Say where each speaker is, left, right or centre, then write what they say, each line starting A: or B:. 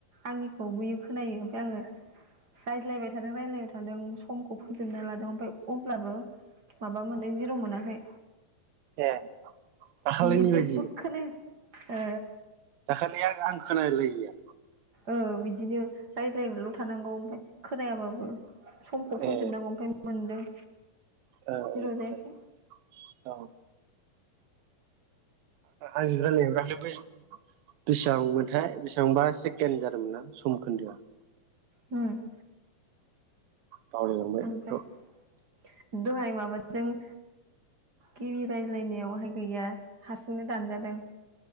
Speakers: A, on the right; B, on the right.
A: आंनिखौ बैयो खोनायो ओमफफ्राय आङो रायज्लायबाय थादों रायज्लायबाय थादों समखौ फोजोबना लादों ओमफफ्राय अब्लाबो माबा मोनदों जिर' मोनाखै
B: ए दाखालैनि
A: बियो जेबो
B: बायदि
A: खोनाया ओ।
B: दाखालि आं आं खोनालायैआ।
A: औ बिदिनो रायज्लायल' थानांगौ ओमफ्राय खोनायाबाबो। समखौ
B: ए
A: फोजोबनांगौ ओमफ्राय मोनदों।
B: ओ ओ
A: जिर' जायाखै
B: ओ औ आजि जालाय दाख्लै बेसेबांमोनथाय बेसेबांबा सेकेण्ड जादोंमोन ना सम खोन्दोआ।
A: हुम।
B: बावलायलांबाय
A: ओमफ्राय
B: बेखौ
A: दहाय माबाजों। गिबि राय्लायनायावहाय गैया हारसिंनो दानजादों।